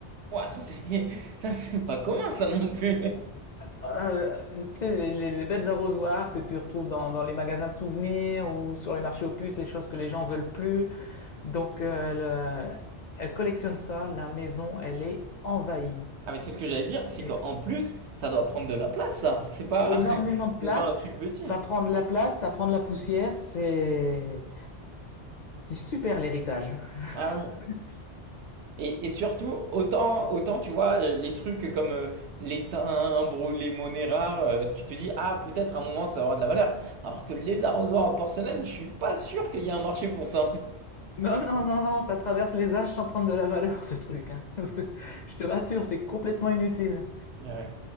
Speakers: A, on the right; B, on the left.
A: Ouah, ça c'est, <laughs> ça c'est pas commun ça non plus.
B: Ah, Euh, tu sais, les, les- les bêtes arrosoirs que tu retrouves dans, dans les magasins de souvenirs ou sur les marchés aux puces, les choses que les gens veulent plus. Donc, euh, elle, euh, elle collectionne ça. La maison, elle est envahie.
A: Ah mais c'est ce que j'allais dire, c'est
B: Et-
A: qu'en plus, ça doit prendre de la place ça, c'est pas,
B: énormément
A: <laughs>
B: de place.
A: c'est pas un truc petit.
B: Ça prend de la place, ça prend de la poussière. C'est c'est super l'héritage.
A: Ah ouais.
B: <laughs>
A: Et, et surtout, autant, autant, tu vois, euh, les trucs comme euh, les timbres ou les monnaies rares, euh, tu te dis, ah, peut-être à un moment ça aura de la valeur. Alors que les arrosoirs en porcelaine, je suis pas sûr qu'il y ait un marché pour ça. <laughs>
B: Non, non, non, non, ça traverse les âges sans prendre de la valeur, ce truc, hein. <laughs> Je te rassure, c'est complètement inutile.
A: Ouais.